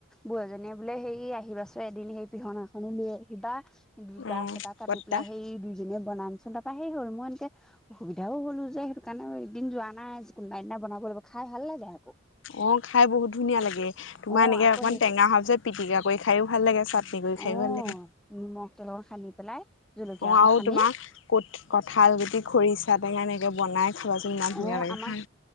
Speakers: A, in the centre; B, on the left (about 65°).
A: বুঢ়জনীয়ে বোলে সেই আহিবাচ এদিন সেই পিহনাখনো লৈ আহিবা দুই
B: অ'
A: গছ এটা কাটি
B: বৰ্তা
A: পেলাই সেই দুইজনীয়ে বনামচোন তাৰপা সেই হ'ল মই এনেকে অসুবিধাও হ'লো যে সেইটো কাৰণে এদিন যোৱা নাই কোনোবা এদনা বনাব লাগিব খাই ভাল লাগে আকৌ
B: অ খাই বহুত ধুনীয়া লাগে তোমাৰ
A: অ',
B: এনেকে
A: আকৌ
B: অকমান
A: সেই
B: টেঙা সাচত পিটিকা কৰি খাইও ভাল লাগে চাটনি কৰি খায়ো
A: অ
B: ভাল লাগে
A: নিমখ তেল অ সানি পেলাই জলকীয়া
B: অ'
A: অক
B: আৰু
A: সানি
B: তোমাৰ কঠ কঁঠাল গুটি খৰিচা টেঙা এনেকৈ বনাই খাবাচোন ইমান ধুনীয়া
A: অ
B: লাগে
A: আমাৰ
B: খাই